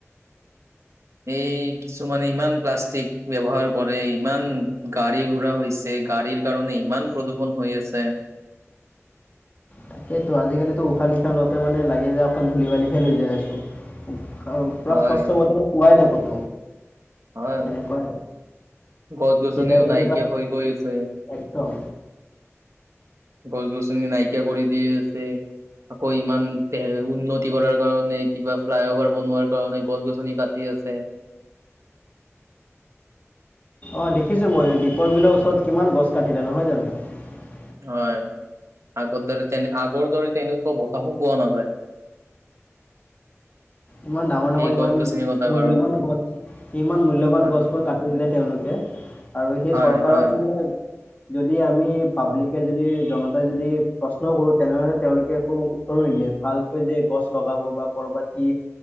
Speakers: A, on the right; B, on the left.
A: এই কিছুমানে ইমান প্লাষ্টিক ব্যৱহাৰ কৰে, ইমান গাড়ী ঘোৰা হৈছে, গাড়ীৰ কাৰণে ইমান প্ৰদূৰ্ষণ হৈ আছে।
B: তাকেইেতো আজিকালিতো উশাহ নিশাহ লওঁতে মানে লাগে যে অকল ধূলি বালিহে লৈ যাই আছোঁ। আৰু পুৰা
A: হয়
B: স্বচ্ছ বতটো পোৱাই নাই কতো।
A: হয়
B: সেনেকুৱা
A: গছ গছনিও
B: কেতিয়াবা কেতিয়াবা
A: নাইকিয়া হৈ গৈ আছে
B: একদম
A: গছ গছনি নাইকিয়া কৰি দি আছে আকৌ ইমান উন্নতি কৰাৰ কাৰণে কিবা ফ্লাইঅভাৰ বনোৱাৰ কাৰণে গছ গছনি কাটি আছে
B: অঁ দেখিছোঁ মই দীপৰ বিলৰ ওচৰত কিমান গছ কাটিলে নহয় জানো
A: হয় আগৰ দৰে তেনে আগৰ দৰে তেনেকুৱা বতাহো পোৱা নাযায়
B: ইমান ডাঙৰ ডাঙৰ
A: এই গছ
B: ইমান
A: গছনি কটাৰ
B: মূল্যবান
A: কাৰণে
B: গছ ইমান মূল্যবান
A: হয়
B: গছবোৰ কাটি দিলে তেওঁলোকে আৰু সেই
A: হয়
B: চৰকাৰক
A: হয়
B: মানে যদি আমি পাব্লিক কে যদি জনতাই যদি প্ৰশ্ন কৰোঁ তেনেহ'লে তেওঁলোকে একো উত্তৰো নিদিয়ে ভালকৈ যে গছ লগাব বা ক'ৰবাত কি